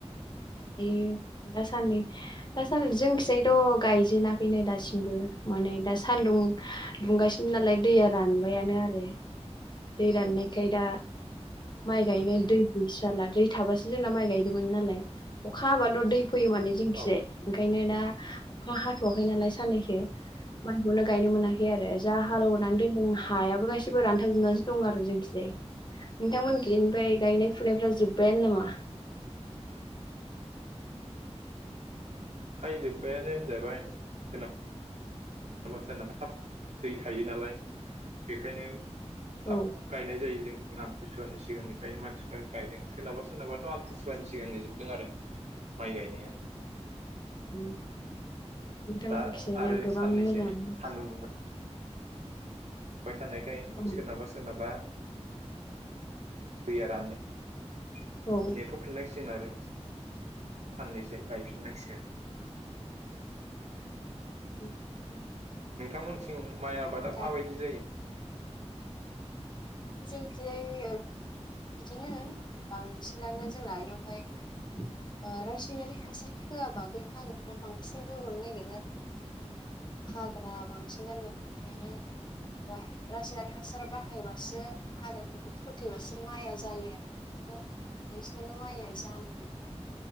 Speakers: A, on the left; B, on the right.
A: बेयो दासान्दै दासान्दै जोंखिसायथ' गायजेनाखैनो दासिमबो। माने दा सान्दुं दुंगासिनो नालाय दैया रानबायानो आरो दै राननायखाय दा माइ गायनो दै गैस्राला। दै थाबासो जोंना माइ गायदोंमोन नालाय। अखा हाबाल' दै फैयो माने जोंनिखैजाय
B: औ
A: ओंखायनो दा अखा हाथ'आखै नालाय साननैसो माइखौनो गायनो मोनाखै आरो जा हालेवनानै दोनदों हायाबो गासिबो रानथाब जोबनानैसो दं आरो जोंनिखैजाय। नोंथांमोन खिजाय गायनाय फुनायफ्रा जोब्बायानो नामा?
B: <inaudible> फ्राय जोब्बायानो होनजाबाय सोनाब <unintelligible> थाब दै थायो नालाय बेखायनो
A: औ
B: थाब गायनाय जायो जोंथिं आमथि सुवानि सिगांनिफ्रायनो मानसिफ्रा गायदों सोरनाबा सोरनाबाथ' आमतिसुवानि सिगांनो जोबदों आरो। माइ गायनाया
A: उम नोंथांमोनखि
B: दा
A: जायनो
B: आरो
A: गोबां
B: साननैसो
A: मोजां
B: सान्दुं फाय थानायखाय
A: औ
B: सोरनाबा सोरनाबा दैया रानो
A: नोंथांमोनथिं
B: नेथ'फिननायसिगोन आरो। साननैसो गायफिन नांसिगोन।
A: <unintelligible>
B: नोंथांमोनथिं माइ आबादा
A: जानाय
B: माबायदि जायो?
A: जोंनिखिजाय ओ बिदिनो बांसिनानो जोंना बेयावहाय ओ रासायनारि हासार होआबा बे हाग्राफ्रा बांसिन रज'नो नागिरो आरो हाग्रा बांसिन जानायखायनो जों रासायनारिक हासार बाहायबा सो हाग्राफोरखौ फोथैबासो माइया जायो आरो। <unintelligible> बांसिनानो माया जानो नागिरला।